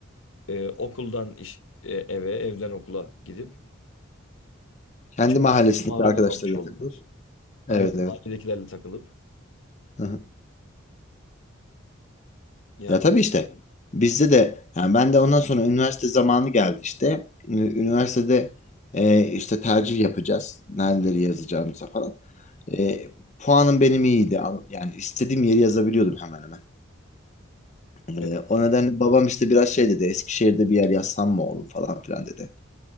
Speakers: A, on the left (about 80°); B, on the left (about 35°).
A: e, okuldan iş, e, eve, evden okula gidip
B: Kendi
A: birçok
B: mahallesindeki
A: şey mahrum
B: arkadaşlarıyla
A: kalmış oldular.
B: takılıp.
A: Aynen
B: Evet evet.
A: ailedekilerle takılıp
B: Hı hı.
A: yani
B: Ya tabii işte. Bizde de yani ben de ondan sonra üniversite zamanı geldi işte. Ü- Üniversitede e, işte tercih yapacağız. Nereleri yazacağımıza falan. E, puanım benim iyiydi. Al- Yani istediğim yeri yazabiliyordum hemen hemen. Ee,
A: evet,
B: o nedenle babam işte biraz şey dedi. Eskişehir'de bir yer yazsam mı oğlum falan filan dedi.